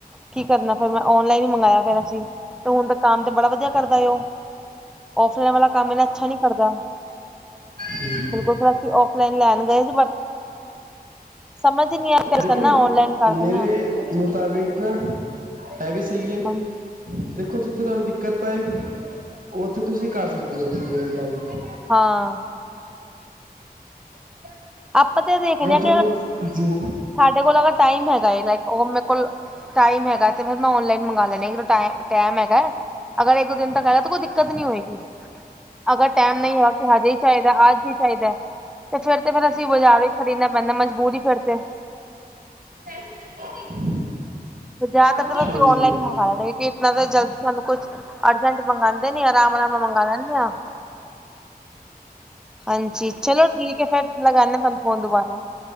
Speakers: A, in the centre; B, on the right.
A: ਕੀ ਕਰਨਾ ਫੇਿਰ ਮੈਂ ਓਨਲਾਈਨ ਹੀ ਮੰਗਾਇਆ ਫੇਿਰ ਅਸੀਂ ਤੇ ਹੁਣ ਤਾਂ ਕੰਮ ਤੇ ਬੜਾ ਵਧੀਆ ਕਰਦਾ ਉਹ ਔਫਲਾਈਨ ਵਾਲਾ ਕੰਮ ਇਹਨੇ ਅੱਛਾ ਨਹੀਂ ਕਰਦਾ।
B: ਹੂੰ ਹੂੰ
A: ਬਿਲਕੁਲ ਫਿਰ ਅਸੀਂ ਫਲਾਈਨ ਲੈਣ ਗਏ ਸੀ ਬਟ ਸਮਝ ਹੀ ਨਹੀਂ ਆ ਰਿਹਾ ਕਿਵੇਂ
B: ਦੇਖੋ
A: ਕਰਨਾ ਔਨਲਾਈਨ। ਕਰ
B: ਮੇਰੇ
A: ਦਿੰਦੇ ਹਾਂ
B: ਮੁਤਾਬਿਕ ਨਾ ਹੈ ਵੀ ਸਹੀ ਹੈ।
A: ਹਾਂਜੀ
B: ਦੇਖੋ ਜਿੱਥੇ ਤੁਹਾਨੂੰ ਦਿੱਕਤ ਪਏ ਉੱਥੇ ਤੁਸੀਂ ਕਰ ਸਕਦੇ ਹੋ ਮੇਰੇ ਮੁਤਾਬਿਕ।
A: ਹਾਂ
B: <unintelligible>
A: ਆਪਾਂ ਤੇ ਦੇਖਦੇ ਹ
B: ਪਰ ਉਸ ਜੀ।
A: ਸਾਡੇ ਕੋਲ ਅਗਰ ਟਾਈਮ ਹੈਗਾ ਲਾਈਕ ਉਹ ਮੇਰੇ ਕੋਲ ਟਾਈਮ ਹੈਗਾ ਤੇ ਫਿਰ ਮੈਂ ਓਨਲਾਈਨ ਮੰਗਵਾ ਲੈਨੀ ਆ ਟ ਟਾਈਮ ਹੈਗਾ ਅਗਰ ਇੱਕੋ ਦਿਨ ਤੱਕ ਹੈਗਾ ਤਾਂ ਕੋਈ ਦਿੱਕਤ ਨੀ ਹੋਏਗੀ। ਅਗਰ ਟਾਈਮ ਨਹੀਂ ਹੈ ਕਿ ਹਜੇ ਹੀ ਚਾਹੀਦਾ ਅੱਜ ਹੀ ਚਾਹੀਦਾ ਤੇ ਫਿਰ ਤੇ ਫੇਰ ਅਸੀਂ ਬਾਜ਼ਾਰੋਂ ਖਰੀਦਣਾ ਪੈਂਦਾ ਮਜਬੂਰੀ ਹੀ ਫਿਰ ਤੇ
B: <unintelligible>
A: <inaudible> ਜ਼ਿਆਦਾਤਰ
B: ਹਾਂਜੀ
A: ਅਸੀਂ
B: ਹਾਂਜੀ
A: ਔਨਲਾਈਨ ਮੰਗਵਾ ਲੈਗੇ ਕੇਕ ਇਨਾ ਤਾਂ ਜਲਦੀ ਸਾਨੂੰ ਕੁਛ ਅਰਜੈਂਟ ਮੰਗਗਾਉਂਦੇ ਨੀ ਆਰਾਮ ਆਰਾਮ ਨਾਲ ਮੰਗਵਾ ਮੰਗਾ ਲੈਂਦੇ ਆਾਂ ਹਾਂਜੀ ਚਲੋ ਠੀਕ ਹੈ ਫੇਰ ਲਗਾਦੇ ਤੁਹਾਨੂੰ ਫੋਨ ਦੁਬਾਰਾ।